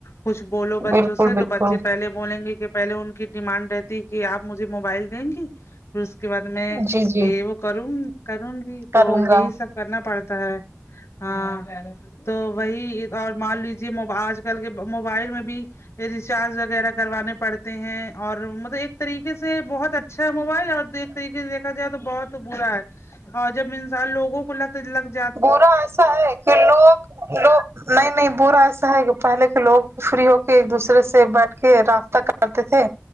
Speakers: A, on the left; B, on the right.
A: کچھ بولو بچوں
B: بالکل
A: سے
B: بالکل
A: تو بچے پہلے بولیں گے کہ پہلے ان کی ڈیمانڈ رہتی کہ آپ مجھے موبائل دیں گی پھر اس کے بعد میں
B: جی جی
A: یہ وہ کروں کروں گی
B: کروں
A: تو یہی
B: گا
A: سب کرنا پڑتا ہے ہاں تو وہی اور مان لیجے م آج کل کے موبائل میں بھی ریچارج وغیرہ کروانے پڑتے ہیں اور مطلب ایک طریقے سے بہت اچھا موبائل اور ایک طریقے سے دیکھا جائے تو بہت برا ہے اور جب انسان لوگوں کوگ لگتا
B: برا ایسا ہے کہ لوگ لوگ نہیں نہیں برا ایسا ہے کہ پہلے کے لوگ فری ہو کے ایک دوسرے سے بیٹھ کے راابہ کرتے تھے